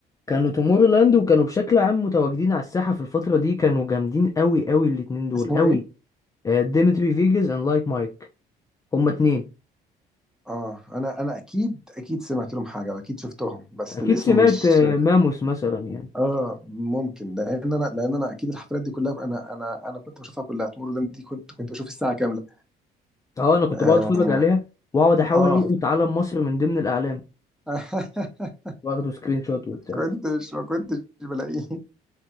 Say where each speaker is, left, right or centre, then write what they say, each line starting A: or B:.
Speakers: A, on the left; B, in the centre.
A: كانوا تومورو لاند وكانوا بشكل عام متواجدين على الساحة في الفترة دي كانوا جامدين قوي قوي الاتنين دول
B: اسمهم
A: قوي
B: ايه؟
A: آه، ديمتري فيجاس اند لايك مايك هما اتنين
B: اه انا انا اكيد اكيد سمعت لهم حاجه واكيد شفتهم بس
A: اكيد
B: الاسم
A: سمعت
B: مش
A: آه، ماموس مثلا يعني
B: اه ممكن لان انا لان انا اكيد الحفلات دي كلها انا انا انا كنت بشوفها كلها تمر لاند دي كنت كنت بشوف الساعه كامله
A: اه انا كنت
B: اه,
A: بقعد اتفرج عليها واقعد احاول
B: آه.
A: القط علم مصر من ضمن الاعلام
B: <laughs>
A: واخده سكرين شوت وبتاع
B: كنتش ما كنتش بلاقيه